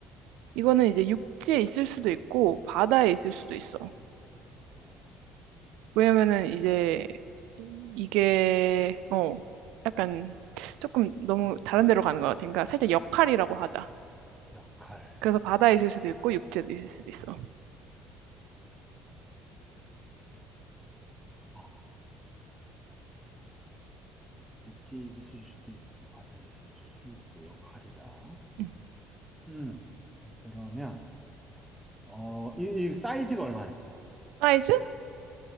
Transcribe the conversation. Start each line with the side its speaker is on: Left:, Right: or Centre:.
Right: 이거는 이제 육지에 있을 수도 있고 바다에 있을 수도 있어.
Centre: 어,
Right: 왜냐면은 이제 이게 어 약간 조금 너무 다른 데로 가는 것 같으니까 살짝 역할이라고 하자.
Centre: 역할.
Right: 그래서 바다에 있을 수도 있고 육지에 있을 수도 있어.
Centre: 아, 육지에 있을 수도 있고 바다에 있을 수도 있고 역할이다.
Right: 음.
Centre: 음, 그러면 어, 이, 이 사이즈가 얼마네?
Right: 사이즈?